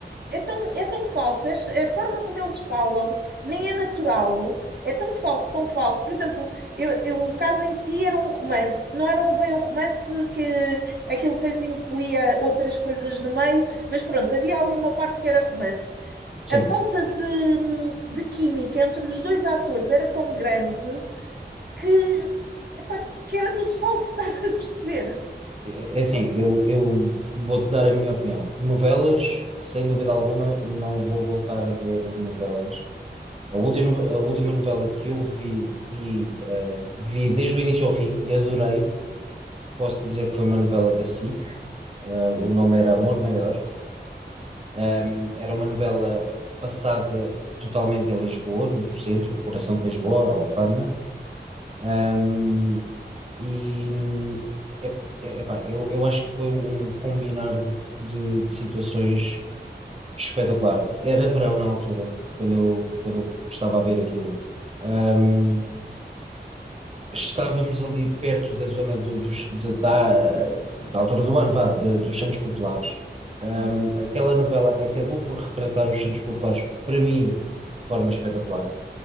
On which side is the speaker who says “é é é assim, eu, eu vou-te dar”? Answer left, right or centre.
Right